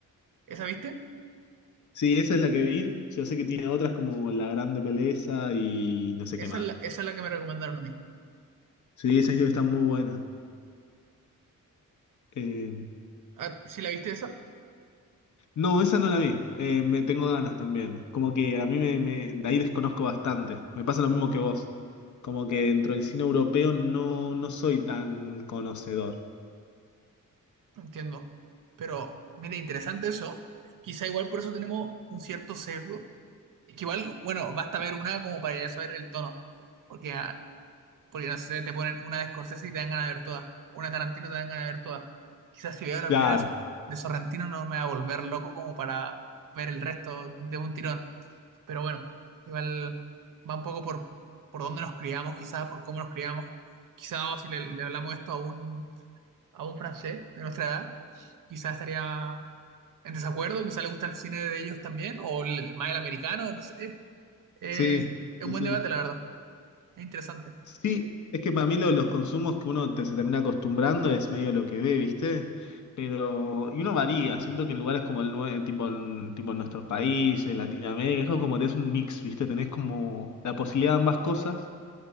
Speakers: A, on the right; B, on the left.
A: ¿Esa viste?
B: Sí, esa es la que vi. Yo sé que tiene otras como La Grande Peleza y no sé
A: Esa
B: qué más.
A: es la, esa es la que me recomendaron a mí.
B: Sí, esa está muy buena. Eh,
A: Ah, ¿sí la viste esa?
B: no, esa no la vi. Eh, me tengo ganas también. Como que a mí me, me- de ahí desconozco bastante. Me pasa lo mismo que vos. Como que dentro del cine europeo no, no soy tan conocedor.
A: Entiendo. Pero, mire, interesante eso. Quizá igual por eso tenemos un cierto sesgo. Que igual, bueno, basta ver una como para ya saber el tono. Porque ah, Porque no sé, te ponen una de Scorsese y te dan ganas de ver todas. Una de Tarantino te dan ganas de ver todas. Quizás si veo la
B: Claro.
A: primera de Sor- de Sorrentino no me va a volver loco como para ver el resto de un tirón. Pero bueno, igual va un poco por, por dónde nos criamos, quizás por cómo nos criamos. Quizás si le, le hablamos esto a un, a un francés de nuestra edad, quizás estaría en desacuerdo, quizás le gusta el cine de ellos también, o el, más el americano, no sé. Eh,
B: Sí,
A: es
B: sí,
A: un buen
B: sí.
A: debate, la verdad. Es interesante.
B: Sí, es que para mí lo de los consumos que uno te- se termina acostumbrando es medio lo que ve, ¿viste? Pero, y uno varía, siento que en lugares como el nue- tipo en, tipo en nuestros países, Latinoamérica, es como tenés un mix, ¿viste? Tenés como la posibilidad de ambas cosas,